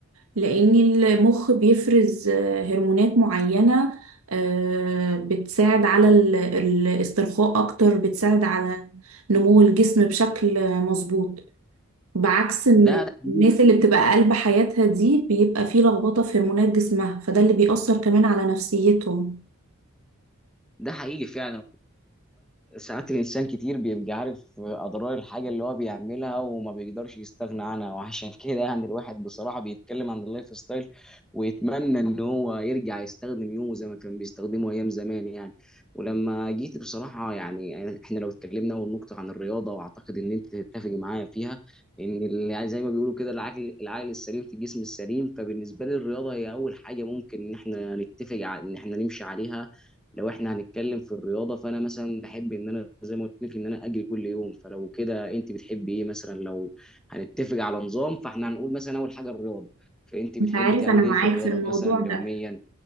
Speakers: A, on the right; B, in the centre.
A: لأن المخ بيفرز آه، هرمونات معينة آه، بتساعد على ال- الاسترخاء أكتر بتساعد على نمو الجسم بشكل آه، مظبوط بعكس إن
B: ده ده حقيقي
A: الناس اللي بتبقى قلب حياتها دي بيبقى فيه لخبطة في هرمونات جسمها فده اللي بيأثر كمان على نفسيتهم
B: ده حقيقي فعلا ساعات الإنسان كتير بيبقى عارف أضرار الحاجة اللي هو بيعملها وما بيقدرش يستغنى عنها وعشان <laughs> كده يعني الواحد بصراحة بيتكلم عن اللايف ستايل ويتمنى إن هو يرجع يستخدم يومه زي ما كان بيستخدمه أيام زمان يعني ولما جيت بصراحة يعني يعني إحنا لو اتكلمنا أول نقطة عن الرياضة وأعتقد إن أنت تتفق معايا فيها إن ال- يعني زي ما بيقولوا كده العقل العقل السليم في الجسم السليم فبالنسبة لي الرياضة هي أول حاجة ممكن إن إحنا نتفق على إن إحنا نمشي عليها لو احنا هنتكلم في الرياضه فانا مثلا بحب ان انا زي ما قلت لك ان انا اجري كل يوم فلو كده انت بتحبي ايه مثلا لو هنتفق على نظام فاحنا هنقول مثلا اول حاجه الرياضه فانت بتحبي
A: انت عارف
B: تعملي
A: انا معاك
B: ايه في الرياضه
A: في الموضوع
B: مثلا
A: ده
B: يوميا